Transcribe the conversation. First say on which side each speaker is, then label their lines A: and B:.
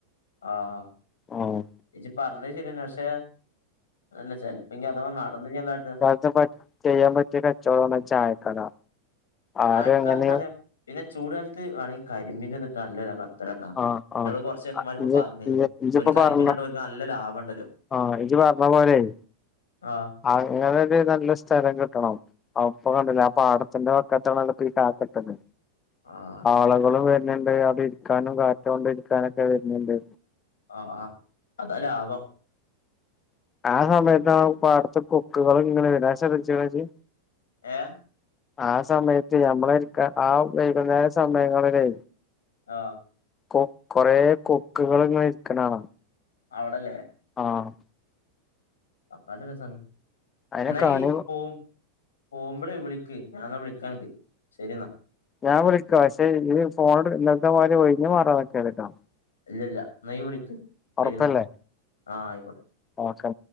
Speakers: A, on the left; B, on the left.
A: ആഹ്
B: ആഹ്
A: ഇജ്ജ് പറഞ്ഞത് ശരിയന്നെ പക്ഷേ അല്ല ചെലപ്പങ്ങി അഥവാ നടന്നഇഞ്ഞി എന്താട്ട
B: ജ്ജ ബഡ് ചെയ്യാ പറ്റിയ കചോടാണ് ചായക്കട ആരും
A: മഴക്കാലത്ത്
B: അങ്ങനെ
A: അതെ പിന്നെ ചൂട്‌ കാലത്ത് വേണെങ്കിൽ കരിമ്പീന്റെത്ട്ടാ നല്ലകത തിരക്കാ
B: ആഹ്
A: ഇന്നോട്
B: ആഹ്
A: കോറച് ചെക്കന്മാര് ഇപ്പ
B: ഇജ്
A: പറഞ്ഞീന്നു
B: ഇജ് ഇജിപ്പോ
A: ഒര് കരിമ്പിന്റെതോണ്ട്
B: പറഞ്ഞ
A: ഒൽക് നല്ല ലാഭം ഇണ്ടല്ലോ
B: ആഹ് ഇജ്ജ് പറഞ്ഞ പോലെയ്
A: ആഹ്
B: അങ്ങനെ ഒരു നല്ല സ്ഥലം കിട്ടണം അപ്പൊ കണ്ടില്ലെ ആ പാടത്തിന്റെ വക്കത്താണ് അതെക്കെയി കാക്ക ഇട്ടത്
A: ആഹ്
B: ആളുകളും വരുന്നുണ്ട് അവിടെ ഇരിക്കാനും കാറ്റൊ കൊണ്ട് ഇരിക്കാനൊക്കെ വരുന്ണ്ട്
A: ആഹ് ആഹ് അത ലാഭം
B: <unintelligible> ആ സമയത്ത് ആ പാടത്തെ കൊക്കുകളും ഇങ്ങനെ വരും അത് ശ്രദ്ധിച്ച്ക്ക്ണോ ജ്ജ്
A: ഏ
B: ആ സമയത്ത് നമ്മളരിക്ക ആ വൈകുന്നേര സമയങ്ങളിലേ
A: ആഹ്
B: കൊ കൊറ കൊക്കുകൾ ഇങ്ങെ ഇരിക്കണാണ്
A: അവിടല്ലേ
B: ആഹ്
A: അത് നല്ല രസമാണ്
B: അയിനെ
A: എന്നായി
B: കാണി
A: പ്പോ പോമ്പോളേ വിളക്ക് ഞാൻന്നാ വിളിക്കാനക്ക് ശരി എന്നാ
B: ഞാൻ വിളിക്കാം പക്ഷെ ഈ ഇത് ഫോൺ എടു ഇല്ലത്തെ മാതിരി ഒഴിഞ്ഞ് മാറാനിക്കല്ലേട്ടോ
A: ഇല്ല ഇല്ല നീ വിളിക്ക്
B: ഒറപ്പല്ലേ
A: ശരിയെന്നാ ആഹ് ആയിക്കോട്ടെ
B: ഓക്കെ